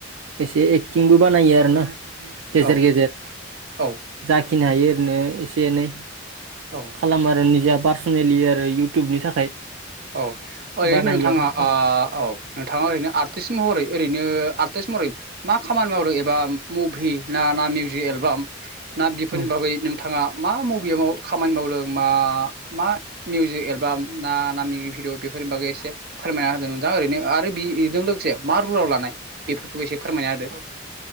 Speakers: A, on the right; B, on the right.
A: एसे एक्टिंबो बानायो आरोना। गेजेर
B: औ
A: गेजेर
B: औ
A: जाखिनि हायो ओरैनो एसे एनै
B: औ
A: खालामो आरो निजा पार्सनेलि आरो इउटुबनि थाखाय।
B: औ ओरै
A: बानायो
B: नोंथाङा
A: आं
B: ओ औ नोंथाङा ओरैनो आर्टिस्ट महरै ओरैनो आर टिस महरै मा खामानि मावदों एबा मुभि ना ना मिउजिक एलबाम ना बेफोरनि
A: औ
B: बागै नोंथाङा मा मबेयाव खामानि मावदों मा मा मिउजिक एलबाम ना ना <unintelligible> भिडिअ बेफोरनि बागै एसे फोरमायना होदों नोंथां ओरैनो आरो बेजों लोगोसे मा रलाव लानाय बेफोरखौबो एसे फोरमायना होदो।